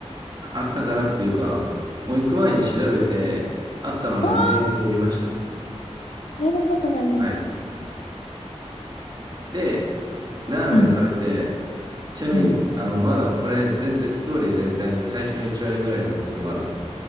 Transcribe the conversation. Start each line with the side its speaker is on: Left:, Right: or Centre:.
Right: あったからっていうか、もう行く前に調べて、あったので無理やり寄りましたね。
Left: ああ、なるほど、なるほど。
Right: はい。で、ラーメン食べて、
Left: うん。
Right: ちなみに、
Left: うん。
Right: あの、まだこれ全体、ストーリー全体の最初の1割ぐらいなんですよ、まだ。